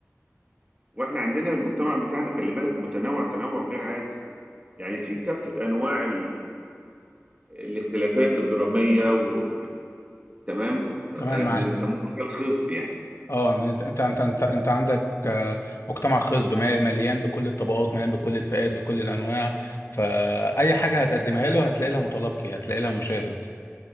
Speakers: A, on the right; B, on the left.
A: وإحنا عندنا المجتمع بتاعنا خلي بالك متنوع تنوع غير عادي يعني في كافة أنواع ال... الاختلافات الدرامية و... تمام آه،
B: تمام معاك
A: بيسموه مجال خصب يعني
B: اه إن انت انت انت انت, انت عندك آه، مجتمع خصب مال- مليان بكل الطبقات مليان بكل الفئات بكل الانواع فاي حاجه هتقدمها له هتلاقي لها متلقي هتلاقي لها مشاهد